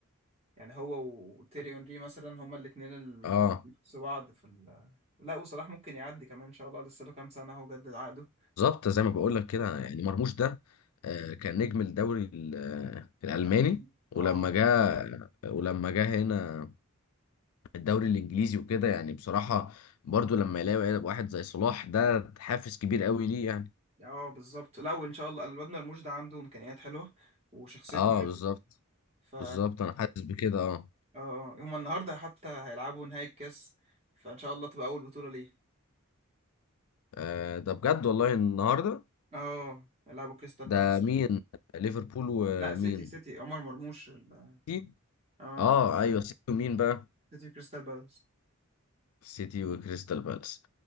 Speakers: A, on the right; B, on the left.
A: يعني هو وتيري اونري مثلا هما الاثنين اللي
B: اه
A: بينافسوا بعض في ال... لا وصلاح ممكن يعدي كمان ان شاء الله لسه له كام سنه اهو جدد عقده
B: بالظبط زي ما بقول لك كده يعني مرموش ده آه، كان نجم الدوري ال- آه، الالماني
A: الالماني اه
B: ولما جه ولما جه هنا الدوري الانجليزي وكده يعني بصراحه برضو لما يلاقي واحد زي صلاح ده حافز كبير قوي ليه يعني
A: اه بالظبط لا وان شاء الله الواد مرموش ده عنده امكانيات حلوه وشخصيته
B: اه
A: حلوه
B: بالظبط
A: ف
B: بالظبط انا حاسس بكده اه
A: اه هما النهارده حتى هيلعبوا نهائي الكاس فان شاء الله تبقى اول بطوله ليه
B: آه، ده بجد والله النهارده
A: اه هيلعبوا كريستال
B: ده
A: بالاس
B: مين ليفربول ومين
A: لا سيتي سيتي عمر مرموش ال...
B: سيتي
A: اه
B: اه ايوه سيتي ومين بقى
A: سيتي كريستال بالاس
B: سيتي وكريستال بالاس